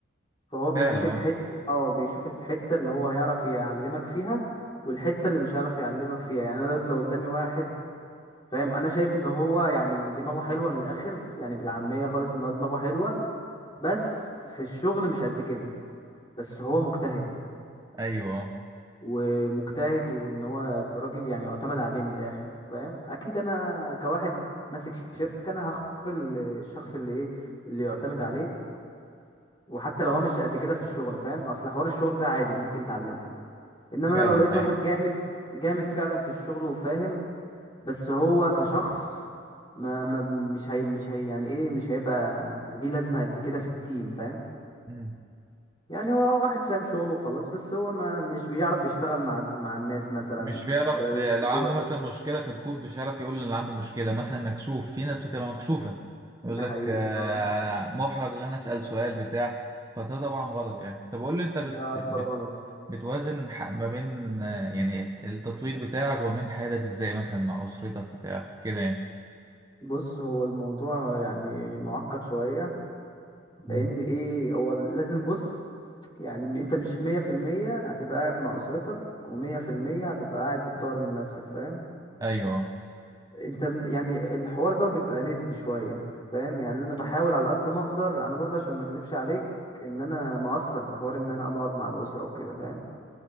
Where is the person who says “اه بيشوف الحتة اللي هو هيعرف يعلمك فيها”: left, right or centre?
Left